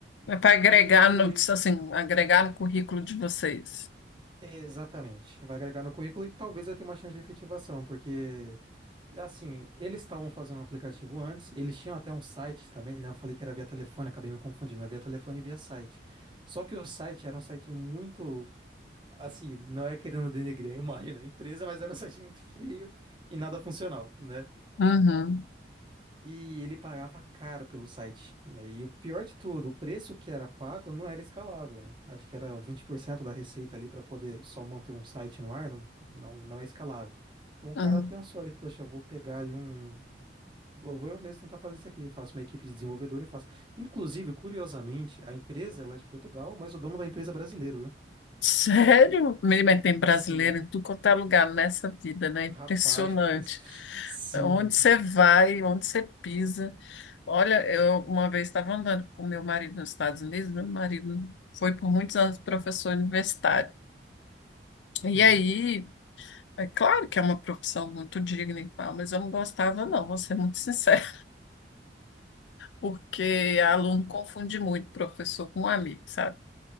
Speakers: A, on the left; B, on the right.
A: É para agregar
B: e
A: no, assim, agregar no currículo de vocês.
B: é, exatamente. Vai agregar no currículo e talvez vai ter uma chance de efetivação, porque assim, eles estavam fazendo um aplicativo antes, eles tinham até um site também, né? Eu falei que era via telefone, acabei me confundindo, é via telefone e via site. Só que o site era um site muito, assim, não é querendo denegrir a imagem da empresa, mas era um site muito feio e nada funcional, né?
A: Uhum.
B: E ele pagava caro pelo site, né? E o pior de tudo, o preço que era pago não era escalável. Acho que era 20% da receita ali para poder só manter um site no ar, não, não, não é escalável. Então o
A: Uhum.
B: cara pensou ali, poxa, eu vou pegar ali um. Vou vou eu mesmo tentar fazer isso aqui. Faço uma equipe de desenvolvedor e faço. Inclusive, curiosamente, a empresa ela é de Portugal, mas o dono da empresa é brasileiro, viu?
A: Sério? Mas tem brasileiro
B: Sim,
A: em tudo quanto é lugar nessa vida, né?
B: rapaz.
A: Impressionante.
B: <laughs> Sim.
A: Onde você vai, onde você pisa. Olha, eu uma vez estava andando com meu marido nos Estados Unidos, meu marido foi por muitos anos professor universitário. E
B: Uhum.
A: aí, é claro que é uma profissão muito digna e tal, mas eu não gostava, não, vou ser muito sincera. porque aluno confunde muito professor com amigo, sabe?